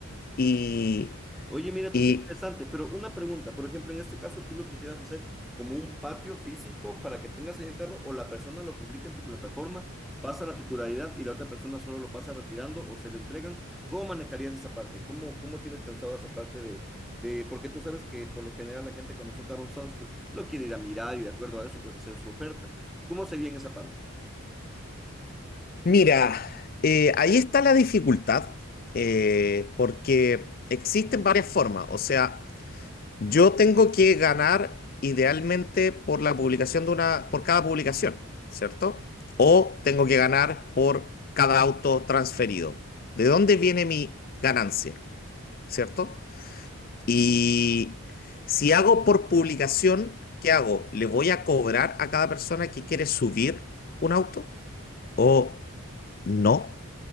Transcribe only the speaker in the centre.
Oye, mira tú
qué interesante, pero una pregunta, por ejemplo, en este caso, ¿tú lo quisieras hacer como un patio físico para que tengas ahí el carro o la persona lo publica en tu plataforma, pasa la titularidad y la otra persona solo lo pasa retirando o se le entregan? ¿Cómo manejarías esa parte? ¿Cómo, cómo tienes pensado esa parte de, de, porque tú sabes que por lo general la gente cuando son carros usados, pues lo quiere ir a mirar y de acuerdo a eso, pues hacer su oferta. ¿Cómo sería en esa parte?
Mm,
mm,
entiendo,